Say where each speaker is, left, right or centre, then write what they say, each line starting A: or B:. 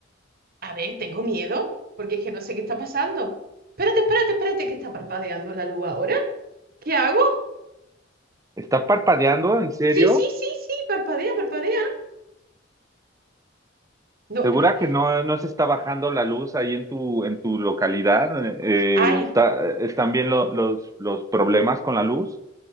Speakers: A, on the right; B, on the right.
A: A ver, tengo miedo porque es que no sé qué está pasando. Espérate, espérate, espérate, que está parpadeando la luz ahora. ¿Qué hago?
B: ¿Está parpadeando? ¿En serio?
A: Sí, sí, sí, sí, parpadea, parpadea. No,
B: ¿Segura
A: eh,
B: que no, no se está bajando la luz ahí en tu, en tu localidad? Eh,
A: ay,
B: está, eh, ¿están bien lo- los, los problemas con la luz?